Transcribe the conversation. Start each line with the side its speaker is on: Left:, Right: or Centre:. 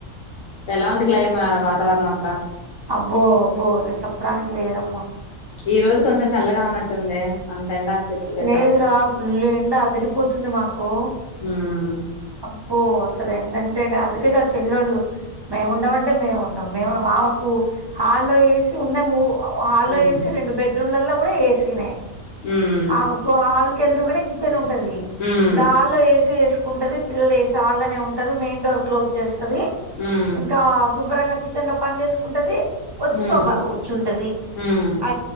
Left: ఎలా ఉంది క్లైమా వాతావరణం ఎక్కడ
Right: అబ్బో అబ్బో ఇక చెప్పడానికి లేదమ్మా
Left: ఈ రోజు కొంచెం చల్లగా ఉన్నట్టుంది అంత ఎండ అనిపించలేదు
Right: లేదురా ఫుల్లు ఎండ అదిరిపోతుంది మాకు
Left: ఉమ్
Right: అబ్బో అసలు ఏండంటే అ అందుకేగా చెల్లో ళ్ళు మేము ఉండమంటే మేము ఉండం మేము మామకు హాల్లో ఏసీ ఉన్నెం పో హాల్లో
Left: ఉమ్
Right: ఏసీ రెండు బెడ్రూమ్లలో ఇంట్లో కూడా ఏసీనే
Left: ఉమ్
Right: ఆప్పు ఆ <unintelligible> ఎదురుగానే కిచన్ ఉంట ది
Left: ఉమ్
Right: దాలో ఏసీ వేసు ఉంటది పిల్లలు ఏమో హాల్ లోనే ఉంటారు మెయిన్ డోర్ క్లోజ్ చేసి ది
Left: ఉమ్
Right: ఇంకా శుభ్రంగా కిచెన్ లో పని చేసుకుంటాది వచ్చి
Left: ఉమ్
Right: సోఫాలో కూర్చుంటాడి
Left: ఉమ్
Right: అ